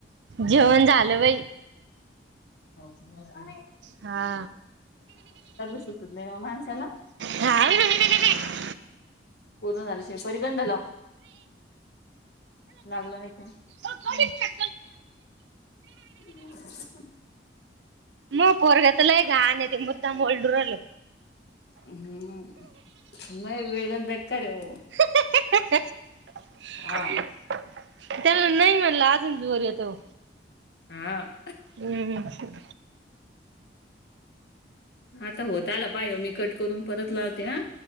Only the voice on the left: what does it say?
ह.
सुचत नाही ना माणसाला
पूर्ण झा श फगडला. लागलं नाही प
<unintelligible>
हम्म म वेदन बकर येव.
हा
हा.
आता होत आला पाय मी कट करून परत लावते ना.